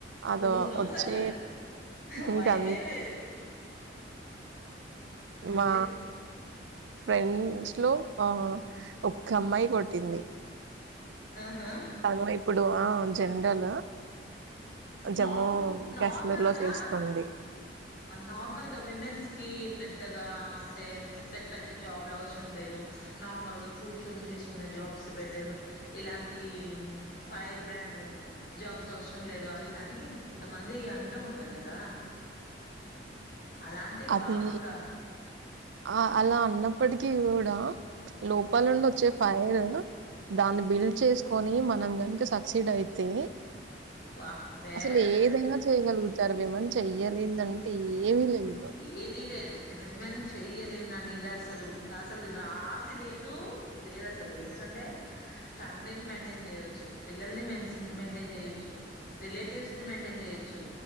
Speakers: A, on the right; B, on the left.
A: అద
B: గూస్ బంప్స్
A: వచ్చే
B: అసలు
A: ఇంకా
B: వైబే వేరు అందుకే
A: మా ఫ్రెండ్స్ లో ఆ ఒక్క అమ్మాయి కొట్టింది
B: ఆహా
A: తను ఇప్పుడు ఆ జనరల్ జమ్మూ
B: నార్ నార్మల్
A: కాశ్మీర్‌లో
B: గా
A: చేస్తుంది.
B: నార్మల్గా విమెన్స్ కి పెద్ద అంటే పెద్ద పెద్ద జాబ్లు అవసరం లేదు నార్మల్ గా కూర్చొని చేసుకునే జాబ్స్ బెటర్రు ఇలాంటి ఫైర్ బ్రాండ్ జాబ్స్ అవసరం లేదు అది దని కొంతమంది అంటూ ఉంటారు కదా అలాంటివి
A: అది
B: కాకుండా
A: ఆ అలా అన్నప్పటికీ కూడా లోపాల నుండి వచ్చే ఫైర్ దాన్ని బిల్డ్ చేస్ కొని మనం గనుక సక్సీడ్ అయితే
B: వా వేరే
A: అసలు ఏదైనా చేయగలుగు విమెన్ చేయలేందంటే ఏమీ లేదు
B: ఏది లేదు విమెన్ చెయ్యలేని అనేది అసలు అసలు రాసి లేదు లేదు అసలు ఎందుకంటే ఫ్యామిలీని మెయింటైన్ చేయవచ్చు పిల్లల్ని మెన్ మెయింటైన్ చేయొచ్చు రిలేటివ్స్ ని మెయింటైన్ చేయొచ్చు